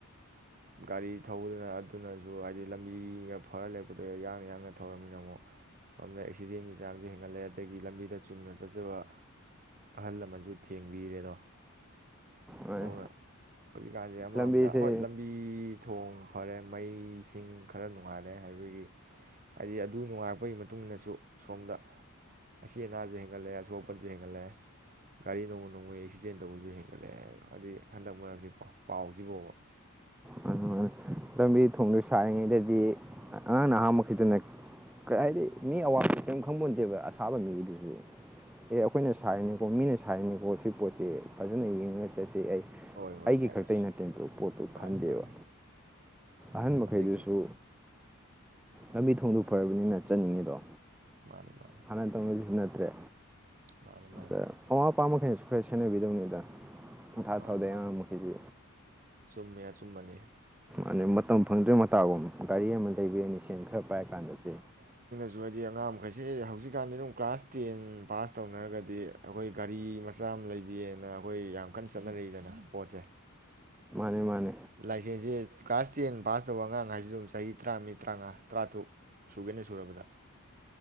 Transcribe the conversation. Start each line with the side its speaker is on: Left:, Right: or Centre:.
Right: ꯒꯥꯔꯤ ꯊꯧꯕꯗꯨꯅ ꯑꯗꯨꯅꯁꯨ ꯍꯥꯏꯗꯤ ꯂꯝꯕꯤꯒ ꯐꯔ ꯂꯩꯔꯛꯄꯗꯨꯣ ꯌꯥꯡꯅ ꯌꯥꯡꯅ ꯊꯧꯔꯝꯃꯤꯅ ꯑꯃꯨ ꯁꯣꯝꯗ ꯑꯦꯛꯁꯤꯗꯦꯟꯒꯤ ꯆꯥꯡꯁꯨ ꯍꯦꯟꯒꯠꯂꯛꯑꯦ ꯑꯗꯒꯤ ꯂꯝꯕꯤꯗ ꯆꯨꯝꯅ ꯆꯠꯆꯕ ꯑꯍꯜ ꯂꯃꯟꯁꯨ ꯊꯦꯡꯕꯤꯔꯦꯗꯣ
Centre: ꯃꯥꯅꯦ
Right: ꯑꯗꯨꯅ ꯍꯧꯖꯤꯛꯀꯥꯟꯁꯦ ꯑꯃꯔꯣꯝꯗ
Centre: ꯂꯝꯕꯤꯁꯦ
Right: ꯍꯣꯏ ꯂꯝꯕꯤ ꯊꯣꯡ ꯐꯔꯦ ꯃꯩꯁꯤꯡ ꯈꯔ ꯅꯨꯡꯉꯥꯏꯔꯦ ꯍꯥꯏꯕꯒꯤ ꯍꯥꯏꯗꯤ ꯑꯗꯨ ꯅꯨꯡꯉꯥꯏꯔꯛꯄꯒꯤ ꯃꯇꯨꯡ ꯏꯟꯅꯁꯨ ꯁꯣꯝꯗ ꯑꯁꯤ ꯑꯅꯥꯁꯨ ꯍꯦꯟꯒꯠꯂꯛꯑꯦ ꯑꯁꯞꯄ ꯁꯨ ꯍꯦꯟꯒꯠꯂꯛꯑꯦ ꯒꯥꯔꯤ ꯅꯣꯡꯃ ꯅꯣꯡꯃꯒꯤ ꯑꯦꯛꯁꯤꯗꯦꯟ ꯇꯧꯕꯁꯨ ꯍꯦꯟꯒꯠꯂꯛꯑꯦ ꯍꯥꯏꯗꯤ ꯍꯟꯗꯛ ꯃꯔꯛꯁꯤꯀꯣ ꯄꯥꯎꯁꯤ ꯐꯥꯎꯕ
Centre: ꯃꯥꯅꯦ ꯃꯥꯅꯦ ꯂꯝꯕꯤ ꯊꯣꯡꯗ ꯁꯥꯔꯤꯉꯩꯗꯗꯤ ꯑꯉꯥꯡ ꯅ ꯑꯍꯥꯃꯛꯗꯅꯔꯤ ꯍꯥꯏꯗꯤ ꯃꯤ ꯑꯋꯥꯕ ꯀꯔꯤꯝ ꯈꯪꯕꯣꯟꯗꯦꯕ ꯑꯁꯥꯕ ꯃꯤꯒꯤꯗꯨꯁꯨ ꯑꯦ ꯑꯩꯈꯣꯏꯅ ꯁꯥꯔꯤꯅꯤꯀꯣ ꯃꯤꯅ ꯁꯥꯔꯤꯅꯤꯀꯣ ꯁꯤ ꯄꯣꯠꯁꯤ ꯐꯖꯅ ꯌꯦꯡꯉꯒ ꯆꯠꯁꯤ ꯑꯩ
Right: ꯍꯣꯏ ꯍꯣꯏ
Centre: ꯑꯩꯒꯤ
Right: ꯌꯥꯏ
Centre: ꯈꯛꯇꯒꯤ ꯅꯠꯇꯦꯇ ꯄꯣꯠꯇꯨ
Right: ꯃꯥꯅꯤ
Centre: ꯈꯟꯗꯦꯕ
Right: ꯃꯥꯅꯤ
Centre: ꯑꯍꯟ ꯃꯈꯩꯗꯨꯁꯨ
Right: ꯑꯗꯒꯤ
Centre: ꯂꯝꯕꯤ ꯊꯣꯡꯗꯣꯛ ꯐꯔꯕꯅꯤꯅ ꯆꯠꯅꯤꯡꯉꯤꯗꯣ
Right: ꯃꯥꯅꯤ ꯃꯥꯅꯤ
Centre: ꯍꯅ ꯇꯁꯤ ꯅ ꯇ꯭ꯔꯦ
Right: ꯃꯥꯅꯤ ꯃꯥꯅꯤ
Centre: ꯑ ꯑꯋꯥꯥ ꯑꯄꯥ ꯃꯈꯁꯨ ꯈꯔ ꯁꯦꯟꯅꯕꯤꯗꯧꯅꯤꯗ ꯄꯪ ꯊꯥ
Right: ꯃꯥꯅꯤ
Centre: ꯊꯥꯗꯩ
Right: ꯃꯥꯅꯤ
Centre: ꯑꯉꯥꯡ ꯃꯈꯩꯁꯤ
Right: ꯆꯨꯝꯃꯦ ꯑꯆꯨꯝꯕꯅꯤ
Centre: ꯑ ꯃꯇꯝ ꯐꯪꯗ꯭ꯔꯣꯏ ꯃꯇꯥꯒꯨꯝ ꯒꯥꯔꯤ ꯑꯃ ꯂꯩꯕꯤꯔꯅꯤ ꯁꯦꯟ ꯈꯔ ꯄꯥꯏꯔ ꯀꯥꯟꯗꯗꯤ
Right: ꯑꯗꯨ ꯍꯥꯏꯗꯤ ꯑꯉꯥꯡ ꯃꯈꯩꯁꯤ ꯍꯧꯖꯤꯛꯀꯥꯟꯗꯤ ꯑꯗꯨꯝ ꯀ꯭ꯂꯥꯁ ꯇꯦꯟ ꯄꯥꯁ ꯇꯧꯅꯔꯒꯗꯤ ꯑꯩꯈꯣꯏ ꯒꯥꯔꯤ ꯃꯆꯥ ꯑꯃ ꯂꯩꯕꯤꯌꯦꯅ ꯑꯩꯈꯣꯏ ꯌꯥꯝ ꯀꯟꯅ ꯆꯠꯅꯔꯛꯏꯗꯅ ꯄꯣꯠꯁꯦ
Centre: ꯃꯥꯅꯤ
Right: ꯂꯥꯏꯔꯤꯛꯁꯦꯜꯁꯦ ꯀ꯭ꯂꯥꯁ ꯇꯦꯟ ꯄꯥꯁ ꯇꯧꯕ ꯑꯉꯥꯡ ꯍꯥꯏꯁꯤ ꯑꯗꯨꯝ ꯆꯍꯤ ꯇꯔꯥ ꯃꯤꯔꯤ ꯇꯔꯥꯃꯉꯥ ꯇꯔꯥꯇꯔꯨꯛ ꯁꯨꯒꯦꯅ ꯁꯨꯔꯕꯗ